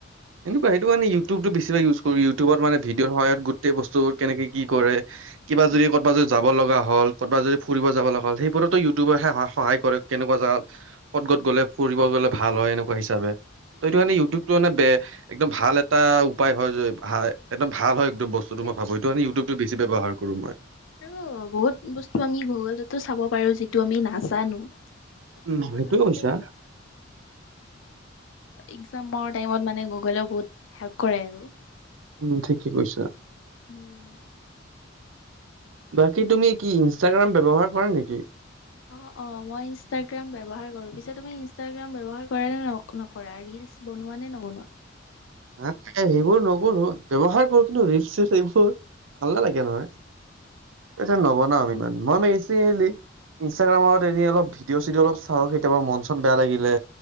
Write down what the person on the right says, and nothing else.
কিন্তু সেইটো মানে ইউটিউবটো বেছিভাগ ইউজ কৰো ইউটিউব
মানে ভিডিঅৰ সহায় গোটেই বস্তুৰ কেনেকে কি কৰে কিবা
যদি ক'বাত যদি যাব লগা হয় হ'ল কত‌‌বা যদি ফুৰিব যাব লগ হল সেইবোৰোতো ইউটিউবে হে সহায় কৰে কেনেকুৱা জাগাত কত কত গ'লে ফুৰিব গ'লে ভাল হয় এনেকুৱা হিচাপে। এইটো
মানে ইউটিউবটো মানে বে একদম ভাল এটা উপায় হয় য ভা একদম ভাল হয়। বস্তুটো
মই ভাবো এইটো মানে ইউটউবটো বেছি ব্যৱহাৰ কৰো মই।
উম,
সেইটোয়ে
কৈছা।
উম্ ঠিকেই কৈছা।
বাকী তুমি কি ইনষ্টাগ্ৰাম ব্যৱহাৰ কৰা নেকি?
হা সেইবোৰ নকৰো ব্যৱহাৰ কৰো কিন্তু ৰিলচ চিলছ এইবোৰ। ভাল নালাগে নহয় আছা
নবনাও ইমান মই মানে ইচ। ইনষ্টাগ্ৰামত এনে অলপ ভিডিঅ' চিডিঅ অলপ চাওঁ কেতিয়াবা মন চন বেয়া লাগিলে।